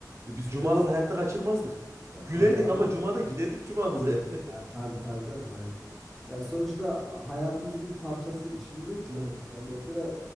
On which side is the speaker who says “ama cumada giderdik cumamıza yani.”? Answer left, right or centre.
Right